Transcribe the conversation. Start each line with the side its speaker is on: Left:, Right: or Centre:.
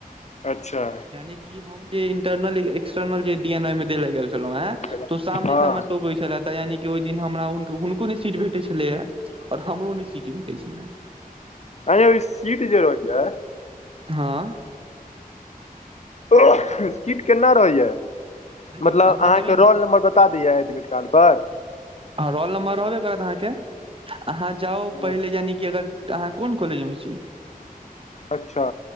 Left: अच्छा।
Right: यानिकि हम जे इंटरनल एक्सटर्नल जे डी एन आई मे दै लेल गेल छलहुँ हें
Left: हँ
Right: तऽ ओ सामनेसँ हमरा टोकैत छलए, तऽ यानिकि ओहि दिन हमरा हुनको हुनको नहि सीट भेटैत छलैए आओर हमरो नहि सीट भेटैत छलए।
Left: आँए यौ ई सीट जे होइए
Right: हँ
Left: ओ सीट केना रहैए?
Right: देखियौ
Left: मतलब
Right: अहाँ
Left: अहाँकेँ
Right: जेबै
Left: रोल
Right: ने
Left: नम्बर बता दैए एडमिट कार्ड पर?
Right: हँ, रोल नम्बर रहबे करत अहाँकेँ। अहाँ जाउ,
Left: हूँ।
Right: पहिले यानिकि अगर, तऽ अहाँ कोन कॉलेज मे छी?
Left: अच्छा